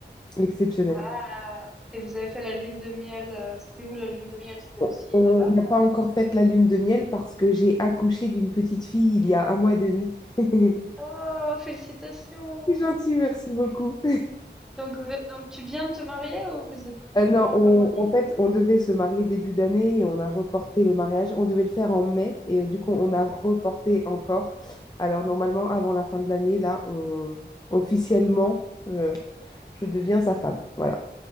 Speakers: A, on the left (about 20°); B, in the centre.
A: Exceptionnel.
B: Waouh! Et vous avez fait la lune de miel, euh, c'était où la lune de miel? C'était
A: On
B: aussi
A: on
B: là-bas?
A: n'a pas encore fait la lune de miel parce que j'ai accouché d'une petite fille il y a un mois et demi. <laughs>
B: Oh, félicitations!
A: C'est gentil, merci beaucoup. <laughs>
B: Donc, vous- donc tu viens de te marier ou vous êtes, vous
A: Euh, non,
B: êtes pas encore
A: on-
B: mariés?
A: en fait, on devait se marier début d'année et on a reporté le mariage. On devait le faire en mai et euh, du coup, on a reporté encore. Alors, normalement, avant la fin de l'année, là, on, officiellement, euh, je deviens sa femme. Voilà.